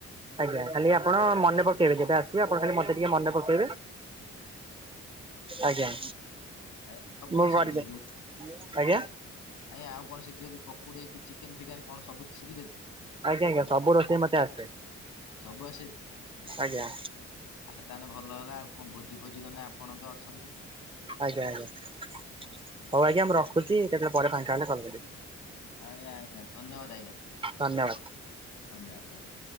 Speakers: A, on the right; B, on the left.
A: ଆଜ୍ଞା କାଲି ଆପଣ ମନେ ପକେଇବେ ଯେବେ ଆସିବେ ଆପଣ ଖାଲି ମତେ ଟିକେ ମନେ ପକେଇବେ। ଆଜ୍ଞା।
B: ଆଜ୍ଞା ଆଉ କଣ
A: ମୁଁ
B: ଶିଖିଛନ୍ତି,
A: କରିବି ଆଜ୍ଞା
B: ଆଜ୍ଞା ଆଉ କଣ ଶିଖିଚଣ୍ଟି ପକୁଡି କି ଚିକ୍ କେନ୍ ଫିକେନ କଣ ସବୁ ଶିଖିଛନ୍ତି?
A: ଆଜ୍ଞା ଆଜ୍ଞା ସବୁ ରୋଷେଇ ମତେ ଆସେ,
B: ସବୁ ଆସେ
A: ଆଜ୍ଞା।
B: ଆଉ ତାହେନେ ଭଲ ହେଲା ଆଉ କଣ ଭୋଜି ଫୋଜି କନେ ଆପଣ ତ ଅଛନ୍ତି
A: ଆଜ୍ଞା ଆଜ୍ଞା ହଉ ଆଜ୍ଞା ମୁଁ ରଖୁଛି କେତେବେଳେ ପରେ ଫାଙ୍କା ହେଲେ କଲ କରିବି।
B: ଆଜ୍ଞା ଆଜ୍ଞା ଧନ୍ୟବାଦ ଆଜ୍ଞା।
A: ଧନ୍ୟବାଦ।
B: ଧନ୍ୟବାଦ ଧନ୍ୟ